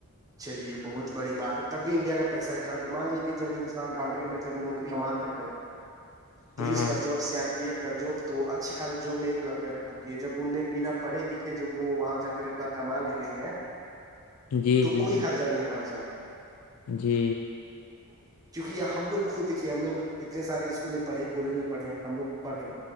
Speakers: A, on the right; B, on the left.
A: چلیے بہت بڑی بات ہے تب بھی انڈیا کا پیسہ اکلاق ماںے کہ جب انسان ڈانٹ دے کہ میں جب نوکری ماں کر پولیس
B: ہاں
A: کا job C R P F کا جاب تو اچھی خاص جاب میں ایک لگ رہا ج جب ان نے بنا پڑھے لکھے جب وہ وہاں جا کر اتنا کما لے رہے ہیں
B: جی
A: تو
B: جی
A: کوئی ہر ج نہیں ہے بھگ جان
B: جی
A: جی کیونک ہم لوگ خود دیکھیے ہم لوگ اتنے سارے اسکول میں پڑھے کالج میں پڑھے ہیں ہم لوگ پڑھے